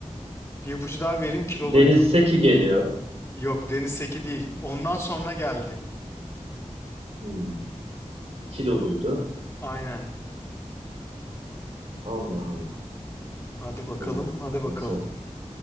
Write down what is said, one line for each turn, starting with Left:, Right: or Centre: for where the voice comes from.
Left: Bir ipucu daha vereyim kiloluydu.
Right: Deniz Seki geliyor.
Left: Yok Deniz Seki değil. Ondan sonra geldi.
Right: Hmm, kiloluydu.
Left: Aynen.
Right: Allah Allah.
Left: Hadi bakalım
Right: 2002.
Left: hadi bakalım.